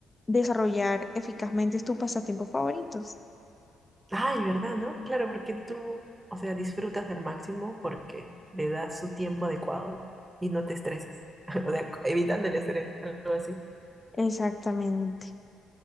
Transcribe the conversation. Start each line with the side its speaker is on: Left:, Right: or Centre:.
Left: desarrollar eficazmente tus pasatiempos favoritos?
Right: Ay, ¿verdad, no? Claro, porque tú, o sea, disfrutas al máximo porque le das su tiempo adecuado y no te estresas. <laughs> O sea, evitando el estrés, algo así.
Left: Exactamente,